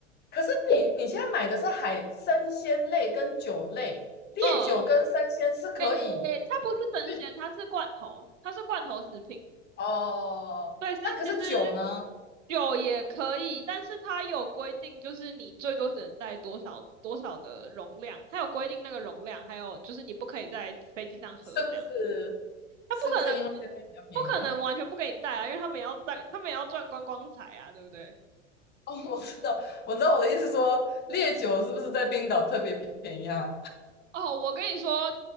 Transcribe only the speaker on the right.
哦，诶，它不是生鲜，
它是罐头，它是罐头食品。
对，是其实
有也可以，但是它有规定，就是你最多只能带多少多少的容量，它有规定那个容量，还有就是你不可以在飞机上喝这样。
它不可能不
不可能完全不给你带啊，因为他们也要赚，他们也要赚观光财啊，对不对？
哦，我跟你说，